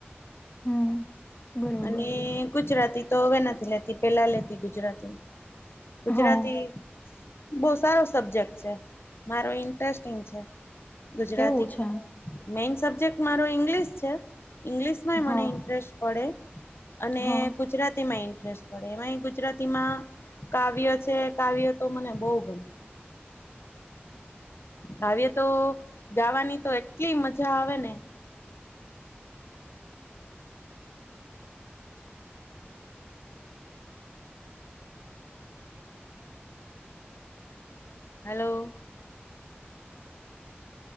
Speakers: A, on the left (about 45°); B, on the left (about 75°).
A: હમ બરોબર
B: અને ગુજરાતી તો હવે નથી લેતી, પેલા લેતી ગુજરાતી. ગુજરાતી
A: હા
B: બહુ સારો સબ્જેક્ટ છે, મારો ઇન્ટરેસ્ટિંગ છે. ગુજરાતી
A: એવું છે!
B: મેઈન સબ્જેક્ટ મારો ઈંગ્લિશ છે. ઇંગ્લિશમાંય મને
A: હા
B: ઇન્ટરેસ્ટ પડે. <inaudible> અને
A: હા
B: ગુજરાતીમાં ઇન્ટ પડે એમાં ગુજરાતીમાં કાવ્ય છે કાવ્ય તો મને બહુ ગમે. કાવ્યતો ગાવાની તો એટલી મજા આવે ને hello <inaudible>